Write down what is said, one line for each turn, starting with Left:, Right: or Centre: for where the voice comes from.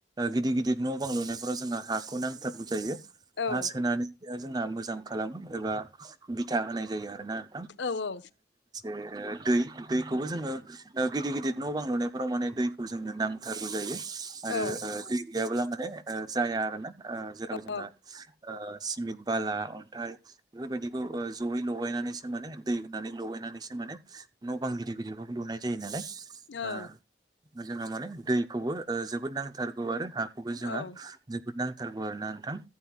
Right: गिदिर गिदिर न बां लुनायफोराव जोंहा हाखौ नांथारगौ जायो।
Left: औ
Right: हा सोनानै जोंहा मोजां खालामो एबा बिथा होनाय जायो आरोना।
Left: औ औ।
Right: ओ दै दैखौबो जोङो गिदिर गिदिर न बां लुनायफोराव माने दैखौ जोंनो नांथारगौ जायो। आरो
Left: औ
Right: ओ दै गैयाब्ला माने ओ जाया आरो ना जेराव जोंहा
Left: औ
Right: ओ सिमेन्ट बाला अन्थाइ बेफोर बायदिखौ जयै लगायनानैसो माने दै होनानै लगायनानैसो माने न' बां गिदिर गिदिरफोरखौ लुनाय जायो नालाय।
Left: औ
Right: ओ जोंहा माने दैखौबो ओ जोबोद नांथारगौ आरो हा खौबो जोंङो
Left: औ
Right: जोबोद नांथारगौ आरोना नोंथां।